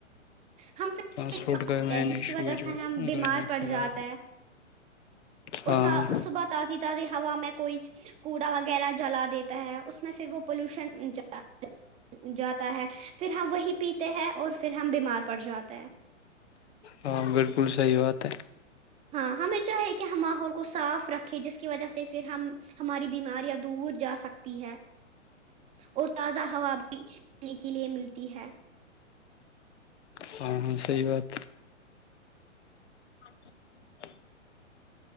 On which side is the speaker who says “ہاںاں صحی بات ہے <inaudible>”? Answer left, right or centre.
Left